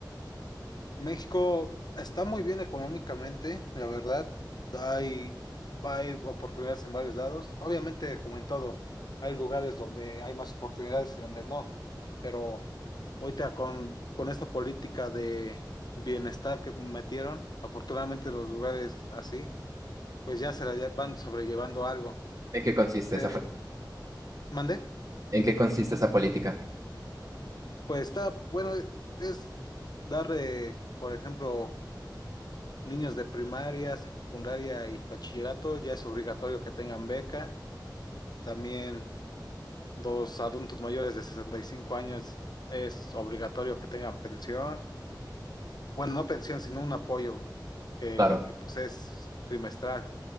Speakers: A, on the left (about 60°); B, on the right (about 45°).
A: México está muy bien económicamente, la verdad. Hay, hay oportunidades en varios lados. Obviamente, como en todo, hay lugares donde hay más oportunidades y donde no. Pero ahorita con, con esta política de bienestar que metieron, afortunadamente los lugares así, pues ya se la lle- van sobrellevando algo.
B: ¿En qué consiste
A: Pero,
B: esa, pol-
A: ¿mandé?
B: en qué consiste esa política?
A: Pues está, bueno, es dar, eh, por ejemplo, niños de primaria, secundaria y bachillerato, ya es obligatorio que tengan beca. También los adultos mayores de 65 años es obligatorio que tengan pensión. Bueno, no pensión, sino un apoyo que,
B: Claro.
A: que, pues es trimestral.